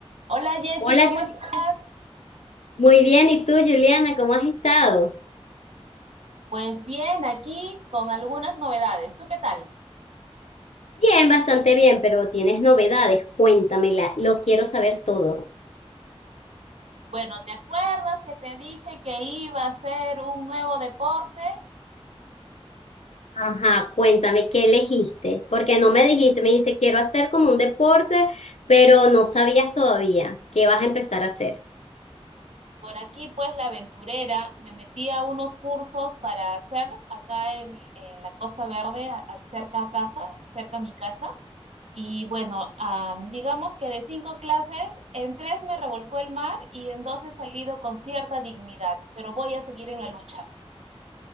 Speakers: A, on the right; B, on the left.
A: Hola Jessy,
B: Hola,
A: ¿cómo
B: Yul-
A: estás?
B: muy bien. ¿Y tú, Juliana, cómo has estado?
A: Pues bien, aquí con algunas novedades. ¿Tú qué tal?
B: Bien, bastante bien, pero tienes novedades. Cuéntamela, lo quiero saber todo.
A: Bueno, ¿te acuerdas que te dije que iba a hacer un nuevo deporte?
B: Ajá, cuéntame qué elegiste, porque no me dijiste, me dijiste quiero hacer como un deporte, pero no sabías todavía qué vas a empezar a hacer.
A: Por aquí, pues, la aventurera, me metí a unos cursos para surf acá en, en la Costa Verde, a- a- cerca a casa, cerca a mi casa. Y bueno, am, digamos que de cinco clases, en tres me revolcó el mar y en dos he salido con cierta dignidad, pero voy a seguir en la lucha.